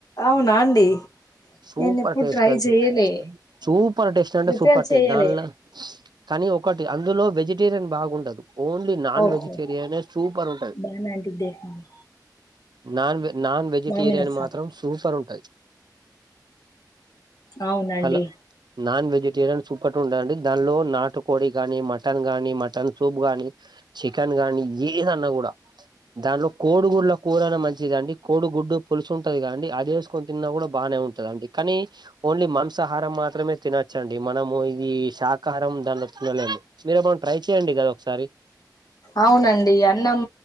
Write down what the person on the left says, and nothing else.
అవునాండి
నేను ఎప్పుడు
ట్రై
చెయ్యలే
ప్రిపేర్
చెయ్యలే
ఓకే
బానా ఆంటీకి దేఖండి
మామీని ఒకసారి
అవునండి
అవునండి అన్నం